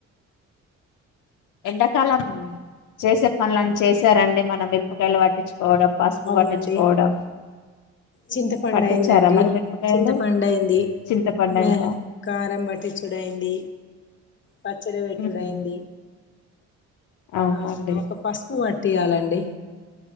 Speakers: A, on the left; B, on the left.
A: ఎండాకాలం చేసే పనుని చేశారండి మన మిరపకాయలు వాటి పకోవడం పసుపు
B: అవునండి
A: పట్టించుకోవడం
B: చింతపండు
A: పట్టించారా
B: అయిందండి
A: మరి మిరపకాయలు
B: చింతపడు అయింది
A: చింతపండు
B: మ
A: అయిందా
B: కారం పట్టి చూడ అయింది పచ్చడి పెట్టుడైంది
A: ఉహు అవునండి
B: ఆ ఒక పసుపు మాట్ తీయాలండి